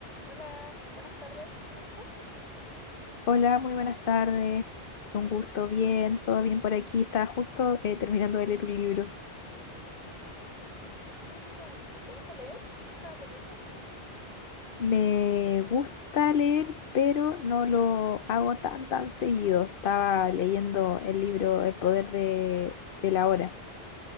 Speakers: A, on the left; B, on the left.
A: Hola, buenas tardes, ¿cómo estás?
B: Hola, muy buenas tardes. Un gusto, bien, todo bien por aquí. Estaba justo eh, terminando de leer un libro.
A: Ah, mira, ¿te gusta leer? ¿Qué estabas leyendo?
B: Me gusta leer, pero no lo hago tan, tan seguido. Estaba leyendo el libro El poder de, de la hora,